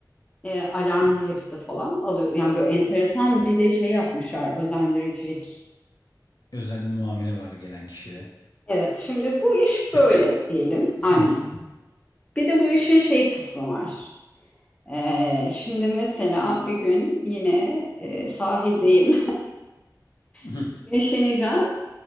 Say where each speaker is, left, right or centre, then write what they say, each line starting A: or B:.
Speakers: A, on the left; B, on the left.
A: Ee, alarmlı hepsi falan alıyor. Yani böyle enteresan bir de şey yapmışlar, özendiricilik.
B: özel bir muamele var gelen kişiye.
A: Evet, şimdi bu iş
B: Peki.
A: böyle diyelim. Aynen.
B: Hı hı.
A: Bir de bu işin şey kısmı var. Ee, şimdi mesela bir gün yine e, sahildeyim.
B: Hı
A: <laughs> Güneşleneceğim